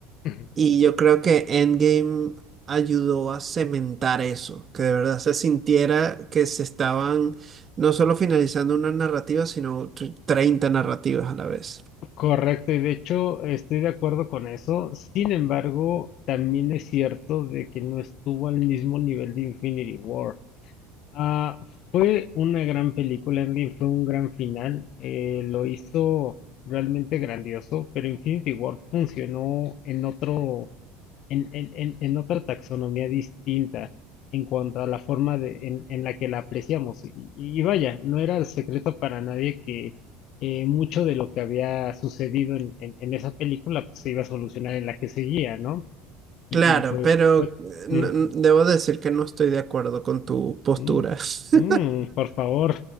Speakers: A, on the left (about 55°); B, on the right (about 30°).
A: ujú.
B: Y yo creo que Endgame ayudó a cementar eso, que de verdad se sintiera que se estaban no solo finalizando una narrativa, sino tr- 30 narrativas a la vez.
A: Correcto, y de hecho estoy de acuerdo con eso. Sin embargo, también es cierto de que no estuvo al mismo nivel de Infinity War. Ah, fue una gran película, Endgame fue un gran final, eh, lo hizo realmente grandioso, pero Infinity War funcionó en otro, en, en- en- en otra taxonomía distinta en cuanto a la forma de, en, en la que la apreciamos. Y, y vaya, no era el secreto para nadie que eh, mucho de lo que había sucedido en, en- en esa película pues, se iba a solucionar en la que seguía, ¿no? Y,
B: Claro,
A: y fue,
B: pero
A: fue,
B: eh, no-
A: mm,
B: no- debo decir que no estoy de acuerdo con tu postura.
A: mm,
B: <laughs>
A: mm, por favor,